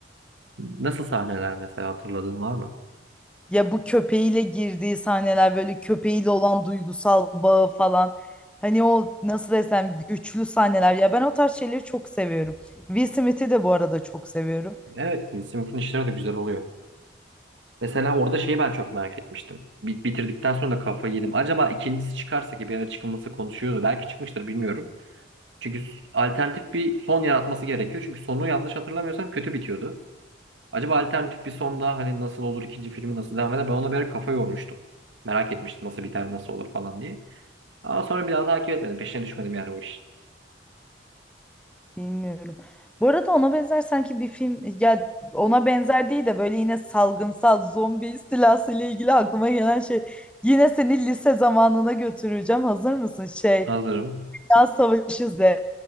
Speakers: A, on the right; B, in the centre.
A: Nasıl sahneler mesela hatırladığın var mı?
B: Ya bu köpeğiyle girdiği sahneler böyle köpeğiyle olan duygusal bağı falan. Hani o nasıl desem güçlü sahneler. Ya ben o tarz şeyleri çok seviyorum. Will Smith'i de bu arada çok seviyorum.
A: Evet, Sim'in işleri de güzel oluyor. Mesela orada şeyi ben çok merak etmiştim. Bi- Bitirdikten sonra da kafayı yedim. Acaba ikincisi çıkarsa ki bir ara çıkılması konuşuyordu. Belki çıkmıştır bilmiyorum. Çünkü s- alternatif bir son yaratması gerekiyor. Çünkü sonu yanlış hatırlamıyorsam kötü bitiyordu. Acaba alternatif bir sonda hani nasıl olur ikinci filmi nasıl devam eder? Ben ona bir ara kafa yormuştum. Merak etmiştim nasıl biter nasıl olur falan diye. Ama sonra bir daha takip etmedim. Peşine düşmedim yani o iş.
B: Bilmiyorum. Bu arada ona benzer sanki bir film ya ona benzer değil de böyle yine salgınsal zombi istilası ile ilgili aklıma gelen şey yine seni lise zamanına götüreceğim. Hazır mısın? Şey,
A: Hazırım.
B: Dünya Savaşı Z.